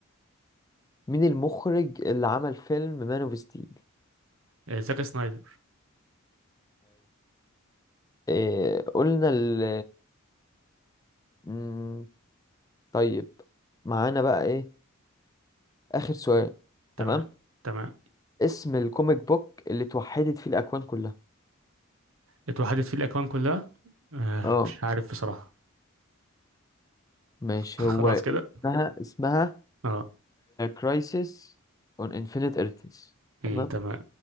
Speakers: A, on the left (about 15°); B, on the right (about 70°).
A: مين المخرج اللي عمل فيلم مان اوف ستيل
B: آه، زاك سنايدر
A: إيه قلنا ال مم، طيب معانا بقى ايه اخر سؤال
B: تمام
A: تمام
B: تمام
A: اسم الكوميك بوك اللي اتوحدت فيه الاكوان كلها
B: اتوحدت فيه الأكوان كلها آه
A: اه
B: مش عارف بصراحة
A: ماشي
B: <laughs> خلاص
A: هو اسمها
B: كده
A: اسمها
B: اه
A: كرايسيس اون انفينيت ايرثز
B: أمم،
A: تمام.
B: تمام